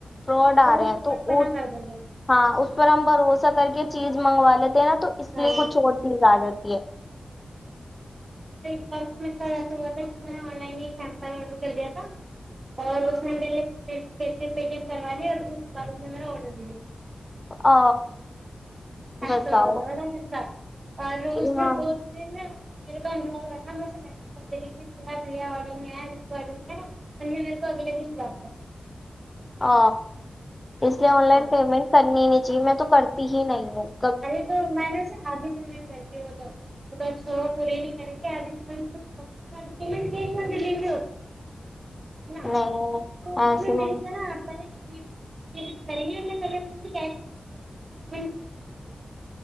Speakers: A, on the left; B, on the right.
A: فراڈ آ
B: تھ
A: رہے ہیں
B: فڈ
A: تو
B: پنا
A: اس
B: کر گ
A: ہاں اس پر ہم بھروسہ کر کے چیز منگوا لیتے ہیں نا تو اس
B: ہاں
A: لیے کچھ اور چیز آ جاتی ہے
B: م ک ایسا ہوا تھا کہ میں نے آن لائن ہی سمر آڈر کر دیا تھا اور اس میںم کروانی اورا <unintelligible>
A: آ
B: <unintelligible>
A: بتاؤ
B: اور اس میں
A: ہاں
B: دو دن میرے کو ان بک رکھا میںے کرب آڈر نہیں آیا نہیںیا نے میرے کو اگلے دن ب کر
A: آ اس لیے آن
B: دیا
A: لائن پیمنٹ کرنی ہی نہیں جی میں تو کرتی ہی نہیں ہ
B: ارے تو میں نے سے شادی پٹ کرتی ا چ پوری نہیں کرتیدھی پدھی پیمنٹ کی آن ڈیلیوری ہوتی ہے ہ
A: نہیں
B: تو
A: ایسے
B: اس میں
A: م-
B: ملتے نا آ نے ڈلیوری کری ہے ہم نے پہلے سے کیش پیمنٹ ہی کرا